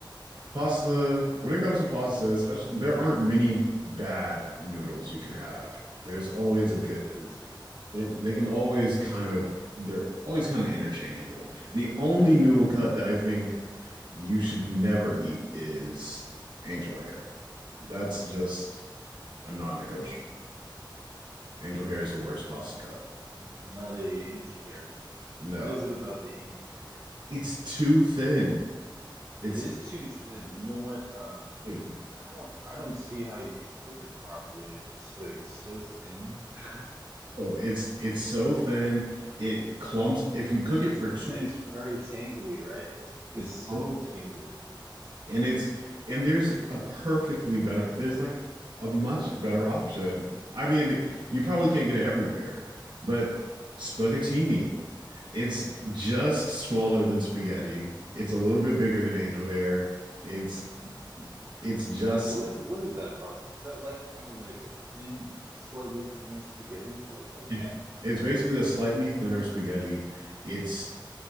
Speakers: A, on the right; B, on the right.
A: pasta when it comes to pasta, especially there aren't many bad noodles you can have. There's always a
B: That's
A: good
B: true too.
A: They they can always kind of they're always kind of interchangeable. The only noodle cut that I think you should never eat is angel hair. That's just a non-negotiable. Angel hair is the worst pasta cut.
B: Not, not a angel hair fan.
A: No.
B: What is it about the angel hair? You
A: It's too thin. It's
B: know? It is too thin. You know what? Um,
A: thin.
B: I don't I don't see how you can cook it properly. It's just like it's so thin. <laughs>
A: Oh, it's it's so thin. It clumps. If you cook it for too,
B: Yeah, it's very tangly, right? It's, it gets
A: it's
B: so
A: clumpy.
B: tangly.
A: And it's and there's a perfectly better there's like a much better option. I mean, you probably can't get it everywhere, but spaghettini. It's just smaller than spaghetti. It's a little bit bigger than angel hair. It's it's just
B: Yeah, what is what is that pasta? Is that like kind of like a thin, slightly thinner spaghetti? Is that what that
A: yeah.
B: is?
A: It's basically a slightly thinner spaghetti. It's